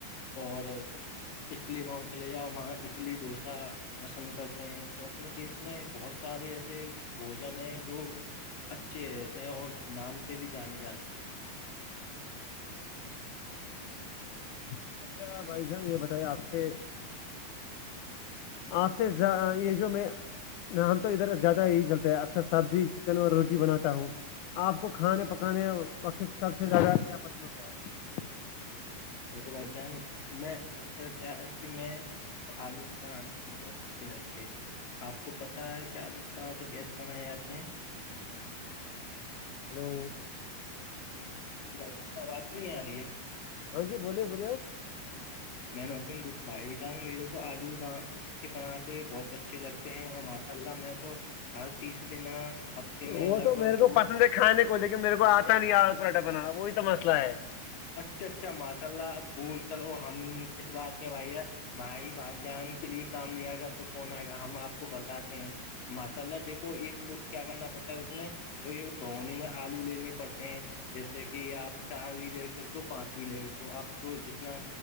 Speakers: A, on the left; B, on the left.
A: اور اٹلیاں چلے جاؤ وہاں اٹلی ڈھوسا پسند کرتے ہیں تو اپنے دیس میں بہت سارے ایسے بوجن ہیں جو اچے رہتے ہیں اور نام سے بھی جانے جاتے ہیں
B: بالکل بالکل اچھا بھائی جان یہ بتائیے آپ سے <unintelligible> آپ سے یہ جو میں نہ ہم تو ادھر زیادہ یہی چلتے ہیں اکثر سبزی چکن اور روٹی بناتا ہوں آپ کو کھانے پکانے وقت سب سے زیادہ کیا پسند ہوتا ہے <unintelligible>
A: دیکھو بھائی جان میں اکثر کیا ہے کہ میں آلو کے پراھے مجھے بہت اچھے لگتے آپ کو پتاہ ہے کہ آلو کے پراٹھے کیسے بنائے آتے ہیں
B: ہلو
A: جی بھائی آواز ہی نہیں آ رہی ہے <unintelligible>
B: ہاں جی بولیے بولیے ہو <unintelligible>
A: میں نک بھائی جان میرے کو آلو ب <unintelligible> کے پرانھے بہت اچھے لگتے ہیں اور ماشاء اللہ میں تو ہر تیسر دن ہفتے میں
B: وہ
A: لگ
B: تو میرے
A: بھگ
B: کو
A: دو
B: پسند ہے کھانے کو دیکے میرے کو آتا نہیں آ پراٹھا بنانا وہی تو مسئلہ ہے
A: اچھا اچھا ماشاء اللہ بول چلو ہم کس بات کے بھائی ہے بھائی بائی جان کے لیے کام نہیں آئے گا تو کون آئے گا ہم آپ کو بتاتے ہیں ماشاء اللہ دیکھو ایک پت کیا کرنا پڑتا ہے اس میں تو یہ بہنی میں آلو لیننے پڑتے ہیں جیسے کہ آپ چار بھی لے سکتے ہو پانچویں لے ہو آپ کو جتنا